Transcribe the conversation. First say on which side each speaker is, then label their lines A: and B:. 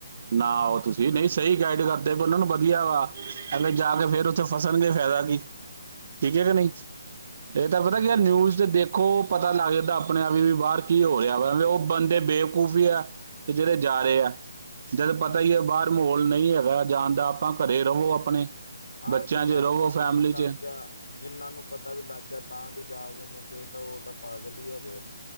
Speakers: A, on the right; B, on the left.
A: ਨਾ ਆਓ ਤੁਸੀਂ ਨਹੀਂ ਸਹੀ ਗਾਈਡ ਕਰਦੇ ਵੀ ਉਹਨਾਂ ਨੂੰ ਵਧੀਆ ਵਾ ਹਲੇ ਜਾ ਕੇ ਫੇਰ ਉੱਥੇ ਫਸਣਗੇ ਫਾਇਦਾ ਕੀ ਠੀਕ
B: ਹੂੰ
A: ਹੈ ਕਿ ਨਹੀਂ ਇਹ ਤਾਂ
B: ਉਹੀ
A: ਪਤਾ ਕੀ
B: ਆ
A: ਨਿਊਜ਼
B: ਨਾ
A: ਤੇ ਦੇਖੋ ਪਤਾ ਲੱਗ ਜਾਂਦਾ ਆਪਣੇ ਆਪ ਹੀ ਵੀ ਬਾਹਰ ਕੀ ਹੋ ਰਿਹਾ ਵਾ ਉਹ ਬੰਦੇ ਬੇਵਕੂਫੀ ਆ ਤੇ ਜਿਹੜੇ ਜਾ ਰਹੇ ਆ ਜਦ ਪਤਾ
B: ਹੂੰ
A: ਹੀ ਹੈ ਬਾਹਰ ਮਾਹੌਲ ਨਹੀਂ ਹੈਗਾ ਜਾਣ ਦਾ ਆਪਾਂ ਘਰੇ ਰਹੋ ਆਪਣੇ
B: ਹਾਂ
A: ਬੱਚਿਆਂ
B: ਜਿੰਨਾਂ
A: 'ਚ
B: ਨੂੰ
A: ਰਵੋ
B: ਪਤਾ
A: ਫੈਮਿਲੀ
B: ਵੀ ਲੱਗ
A: 'ਚ
B: ਗਿਆ ਜਿੰਹਨਾਂ ਨੂੰ ਪਤਾ ਵੀ ਲੱਗ ਗਿਆ ਤਾਂ ਵੀ ਜਾ ਰਏ ਨੇ ਫਿਰ ਤਾਂ ਉਹ ਤਾਂ ਪਾਗਲ ਹੀ ਹੈਗੇਣੇ